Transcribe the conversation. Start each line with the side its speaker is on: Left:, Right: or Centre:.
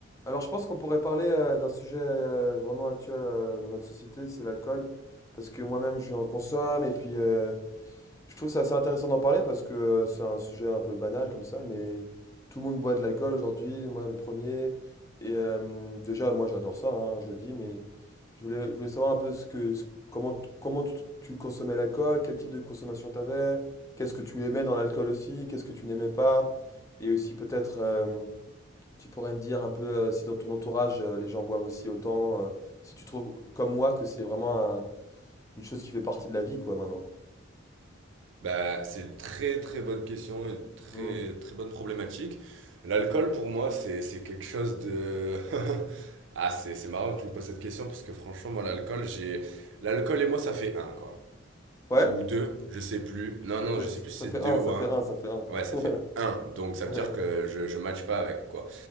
Left: Alors, je pense qu'on pourrait parler euh, d'un sujet euh, vraiment actuel euh, dans notre société, c'est l'alcool. Parce que moi-même, je en consomme. Et puis, euh, je trouve que c'est assez intéressant d'en parler parce que euh, c'est un sujet un peu banal comme ça. Mais tout le monde boit de l'alcool aujourd'hui, moi le premier. Et euh, déjà, moi, j'adore ça, hein, je le dis. Mais je voulais, je voulais savoir un peu ce que, ce- comment, t- comment tu, tu consommais l'alcool, quel type de consommation tu avais, qu'est-ce que tu aimais dans l'alcool aussi, qu'est-ce que tu n'aimais pas. Et aussi, peut-être. euh, tu pourrais me dire un peu euh, si dans ton entourage euh, les gens boivent aussi autant, euh, si tu trouves comme moi que c'est vraiment un- une chose qui fait partie de la vie quoi maintenant.
Right: Bah, c'est une très très bonne question, une très
Left: Hmm.
Right: très bonne problématique. L'alcool pour moi c'est c'est quelque chose de <laughs> Ah, c'est c'est marrant que tu me poses cette question parce que franchement moi l'alcool, j'ai l'alcool et moi ça fait un quoi.
Left: Ouais?
Right: Ou deux, je sais plus. Non
Left: Ça
Right: non,
Left: fait
Right: je sais
Left: ça,
Right: plus si
Left: ça fait
Right: c'est deux
Left: un,
Right: ou
Left: ça
Right: un.
Left: fait un, ça fait un.
Right: Ouais, ça
Left: <laughs>
Right: fait un. Donc ça
Left: Ouais.
Right: veut dire que je je match pas avec quoi.